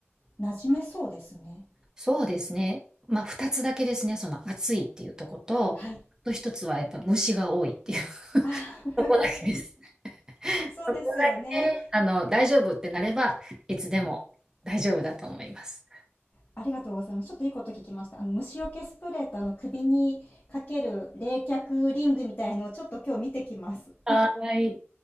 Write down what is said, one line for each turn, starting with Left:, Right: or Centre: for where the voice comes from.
Left: 馴染めそうですね。
Right: そうですね。まあ、2つだけですね、その暑いっていうとこと、
Left: はい。
Right: あと1つはやっぱ虫が多いっていう、<laughs>
Left: あ、<laughs>
Right: そこだけです。
Left: そうですよね。
Right: そこだけ、あの、大丈夫ってなれば、いつでも大丈夫だと思います。
Left: ありがとうございます。ちょっといいこと聞きました。あの、虫除けスプレーとあの、首にかける冷却リングみたいのをちょっと今日見てきます。
Right: はーい。